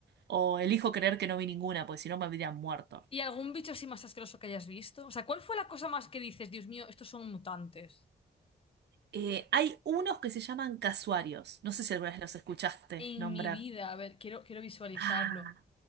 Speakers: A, on the right (about 70°); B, on the left (about 30°).
A: O elijo creer que no vi ninguna, porque si no me habrían muerto.
B: ¿Y algún bicho así más asqueroso que hayas visto? O sea, ¿cuál fue la cosa más que dices, Dios mío, estos son mutantes?
A: Eh, hay unos que se llaman casuarios. No sé si alguna vez los escuchaste
B: En
A: nombrar.
B: mi vida, a ver, quiero, quiero visualizarlo.
A: Ah,